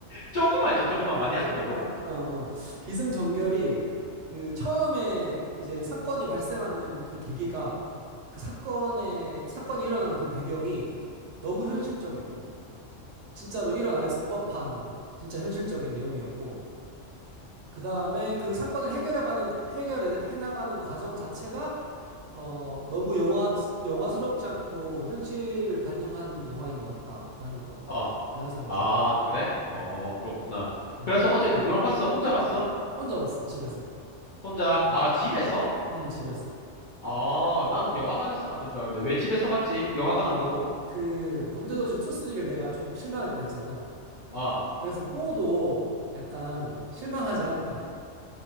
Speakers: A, on the left; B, on the right.
A: 조금만 했죠, 조금만 많이 하지
B: 조금만.
A: 말고.
B: 어, 어. 기승전결이 그 처음에 이제 사건이 발생하는 그 계기가 그 사건의 사건이 일어나는 그 배경이 너무 현실적이고 진짜로 일어날 법한 진짜 현실적인 내용이었고 그다음에 그 사건을 해결해가는 해결해 나가는 과정 자체가 어 너무 영화 영화스럽지 않고 현실을 반영한 영화인 것 같다라는 것 같아.
A: 어,
B: 내가 생각하기에는.
A: 아, 그래? 어,
B: 음.
A: 그렇구나.
B: 음.
A: 그래서 어제 누구랑 봤어? 혼자 봤어?
B: 혼자 봤어, 집에서.
A: 혼자, 아, 집에서?
B: 음. 음, 집에서.
A: 아, 난 영화관에서 봤는 줄 알았는데, 왜 집에서 봤지? 영화관
B: 그,
A: 안 가고.
B: 그 범죄도시 2, 3를 내가 조금 실망했다 했잖아.
A: 아
B: 그래서 4도 약간 실망하지 않을까.